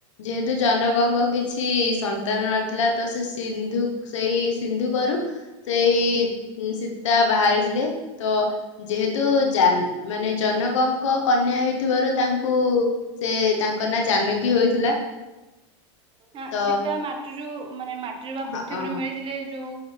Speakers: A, on the left; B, on the right.
A: ଯେହେତୁ ଜନକଙ୍କ କିଛି ସନ୍ତାନ ନଥିଲା ତ ସେ ସିନ୍ଧୁ ସେଇ ସିନ୍ଧୁ କରୁ ସେଇ ସୀତା ବାହାରିଥିଲେ ତ ଯେହେତ ତୁ ଜାନ୍‌ ମାନେ ଜନକଙ୍କ କନ୍ୟା ହେଇଥିବାରୁ ତାଙ୍କୁ ସେ ତାଙ୍କ ନାଁ ଜାନକୀ ହୋଇଥିଲା।
B: ଆ
A: ତ
B: ଶୀତ ମାଟିରୁ ମାନେ ମାଟିରୁ ବା ପୃଥିବୀରେ
A: ହଁ
B: ମିଳିଥିଲେ ଯୋଉ